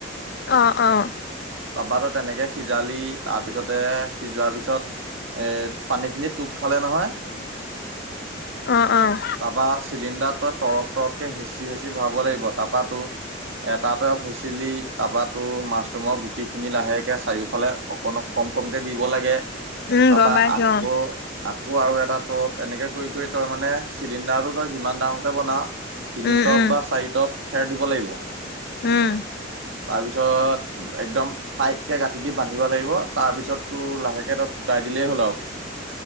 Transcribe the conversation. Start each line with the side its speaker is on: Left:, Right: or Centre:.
Left: অঁ'অঁ'
Right: তাপাটো তেনেকে সিজালি তাৰপিছতে সিজোৱাৰ পিছত- এ পানী খিনি টোপ খালে নহয়।
Left: অঁ'অঁ'
Right: তাৰপা চিলিণ্ডাৰটো তৰপ তৰপকৈ হেঁচি হেঁচি ভৰাব লাগিব তাৰপাটো- এটাতে হেছিলি তাৰপৰা তোৰ মাছৰুমৰ গুটিখিনি লাহেকে চাৰিওফালে- অকনক কম কমকে দিব লাগে
Left: উম
Right: তাৰপা
Left: গম পাইছো
Right: আকৌ-
Left: অ
Right: আকৌ আৰু এটা তৰপ এনেকে কৰি কৰি তই মানে চিলিণ্ডাৰটো তই যিমান ডাঙৰকে বনাঅ। তিনি
Left: উম
Right: টপ
Left: উম
Right: বা চাৰি টপ খেৰ দিব লাগিব।
Left: উম।
Right: তাৰপিছত একদম- তায়েতকে গাঁঠি দি বান্ধিব লাগিব তাৰপিছত তোৰ লাহেকে তই ফুটাই দিলেই হ'ল আৰু।